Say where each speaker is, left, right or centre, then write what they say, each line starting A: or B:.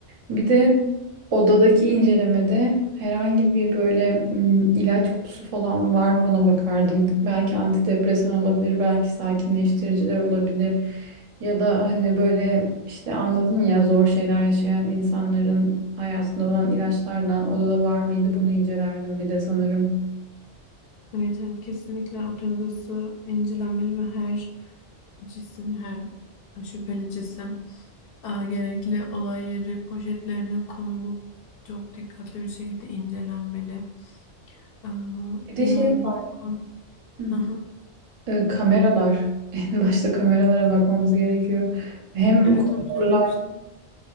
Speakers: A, on the right; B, on the left.
A: Bir de odadaki incelemede herhangi bir böyle mm, ilaç kutusu falan var mı ona bakardım. Belki antidepresan olabilir, belki sakinleştiriciler olabilir. Ya da hani böyle işte anladın ya zor şeyler yaşayan insanların hayatında olan ilaçlardan odada var mıydı bunu incelerdim bir de sanırım.
B: Evet evet kesinlikle otel odası incelenmeli ve her cisim, her şüpheli cisim e, gerekli olay yeri poşetlerine konulup çok dikkatli bir şekilde incelenmeli. E,
A: Bir de
B: yani
A: şey var.
B: balkon.
A: Hı.
B: Aha.
A: E, kameralar. <laughs> En başta kameralara bakmamız gerekiyor. Hem
B: Evet
A: koridorlar
B: onu söylemiştim.